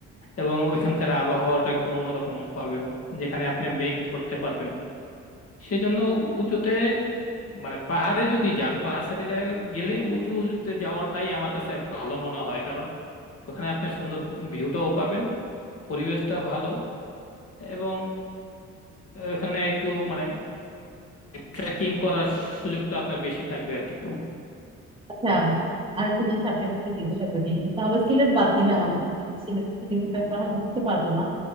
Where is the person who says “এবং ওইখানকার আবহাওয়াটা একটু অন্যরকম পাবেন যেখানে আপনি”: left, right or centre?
Left